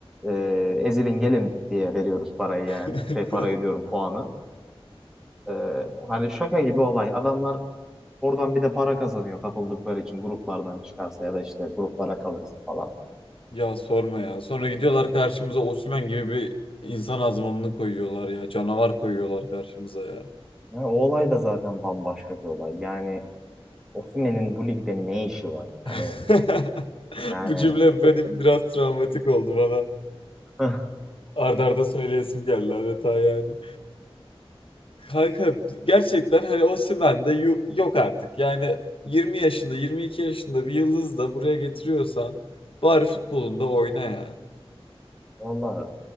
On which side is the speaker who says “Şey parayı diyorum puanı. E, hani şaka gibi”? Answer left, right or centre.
Centre